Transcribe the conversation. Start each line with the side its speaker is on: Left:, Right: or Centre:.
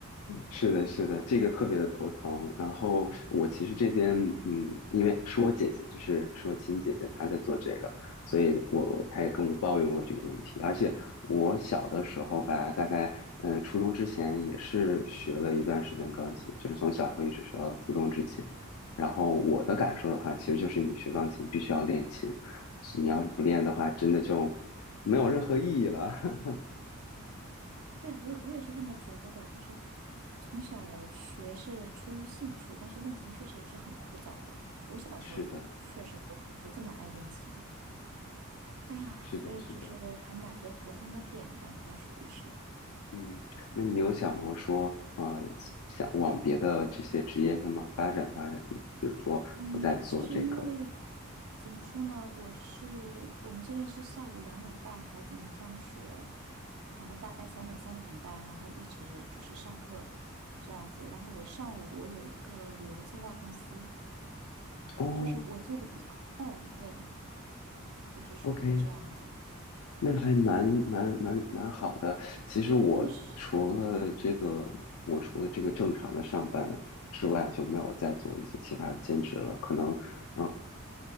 Left: 是的，是的，这个特别的头疼。然后我其实这边，嗯，因为是我姐姐，就是是我亲姐姐，她在做这个，所以我她也跟我抱怨过这个问题。而且我小的时候吧，大概嗯、呃初中之前也是学了一段时间钢琴，就是从小时候一直学到初中之前。然后我的感受的话，其实就是你学钢琴必须要练琴，你要是不练的话，
Right: 对，
Left: 真的就没有任何意义了。<laughs>
Right: 对，我也我也是这么觉得的，就是呃从小学是出于兴趣，但是练琴确实也是很枯燥的。我小时候也确实不不这么爱练琴，
Left: 是的，
Right: 哎呀，
Left: 是的，
Right: 所以就是还蛮多头疼的点吧，
Left: 是的。
Right: 应该属于是。
Left: 嗯，那你有想过说，呃，想往别的这些职业上面发展发展吗？比如说，
Right: 嗯，
Left: 我在做这个，
Right: 其实因为怎么说呢，我是我们这边是下午两点半孩子们放学，然后大概三点三点半，然后一直就是上课这样子。然后我上午我有一个旅游策划公司。
Left: 哦
Right: 就是我做的比较 <laughs> 泛，对，就是属于这样子。
Left: ，OK，那还蛮蛮蛮蛮好的。其实我除了这个，
Right: 因为是，对，
Left: 我除了这个正常的上班之外，就没有再做一些其他的兼职了。可能，呃